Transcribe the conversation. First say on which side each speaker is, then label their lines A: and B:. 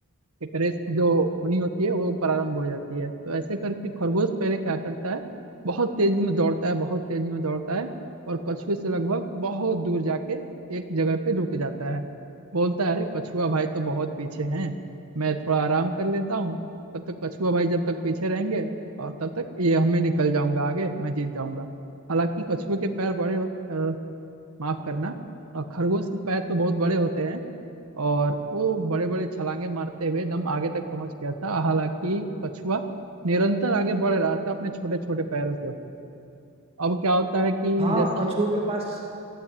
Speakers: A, on the right; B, on the right.
A: कि रेस जो होनी होती है वो प्रारंभ हो जाती है तो ऐसे करके खरगोश पहले क्या करता है बहुत तेजी में दौड़ता है बहुत तेजी में दौड़ता है और कछुए से लगभग बहुत दूर जाके एक जगह पे रुक जाता है बोलता है अरे कछुआ भाई तो बहुत पीछे हैं मैं थोड़ा आराम कर लेता हूँ तब तक कछुआ भाई जब तक पीछे रहेंगे और तब तक ये हमें निकल जाऊंगा आगे मैं जीत जाऊंगा हालांकि कछुए के पैर बड़े होते अ, माफ करना और खरगोश के पैर तो बहुत बड़े होते हैं और वो बड़े बड़े छलांगे मारते हुए दम आगे तक पहुंच गया था हालांकि कछुआ निरंतर आगे बढ़ रहा था अपने छोटे छोटे पैरों से अब क्या होता है कि
B: हाँ
A: जैसे
B: कछुओं के पास